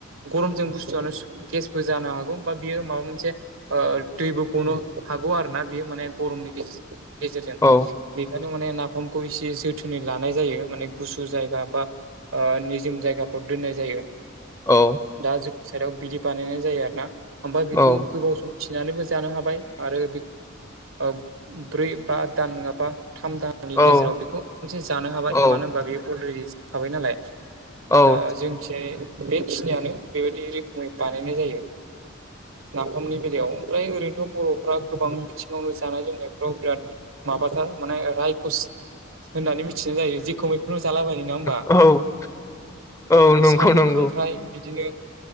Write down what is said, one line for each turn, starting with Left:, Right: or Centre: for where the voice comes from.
Right: गरमजों बुस्थुआनो गेस जानो हागौ बा बियो माबा मोनसे ओ दैबो गनो हागौ आरो ना बियो माने गरमनि गेजेर गेजेरजों
Left: औ
Right: बेखायनो माने नाफामखौ एसे जोथोनै लानाय जायो माने गुसु जायगा बा ओ निजोम जायगाफोराव दोननाय जायो
Left: औ
Right: दा जोंनि साइडआव बिदि बानायनाय जायो आरो ना ओमफ्राय बेखौ
Left: औ
Right: गोबाव सम थिनानैबो जानो हाबाय बाय आरो बेखो ओ ब्रै बा दान नङाबा थाम दान आंनि
Left: औ
Right: गेजेराव बेखौ मोनसे जानो हाबाय
Left: औ
Right: मानो होनबा बेयो अलरेडि संखाबाय नालाय
Left: औ
Right: दा जोंखि बेखिनियानो बेबायदि रोखोमै बानायनाय जायो नाफामनि बेलायाव ओमफ्राय ओरैनोथ' बर'फ्रा गोबां बिथिङावनो जानाय लोंनायफ्राव बिराद माबाथार माने रायकुस होननानै मिथिनाय जायो जेखौ मैखौनो जालाबायो नङा होमबा
Left: औ औ नंगौ
Right: साम'
Left: नंगौ
Right: खांख्राइ बिदिनो